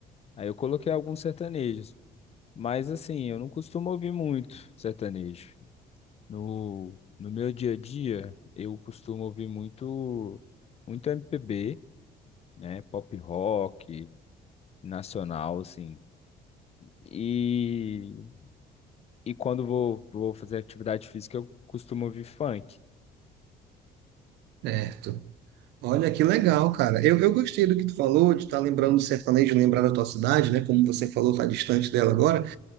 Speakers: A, on the left; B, on the right.
A: Aí eu coloquei alguns sertanejos. Mas assim, eu não costumo ouvir muito sertanejo. No, no meu dia a dia, eu costumo ouvir muito, muito MPB, né? Pop rock, nacional, assim. E, e quando vou, vou fazer atividade física, eu costumo ouvir funk.
B: Certo. Olha que legal, cara. Eu, eu gostei do que tu falou, de estar lembrando do sertanejo, lembrar da tua cidade, né? Como você falou, tá distante dela agora.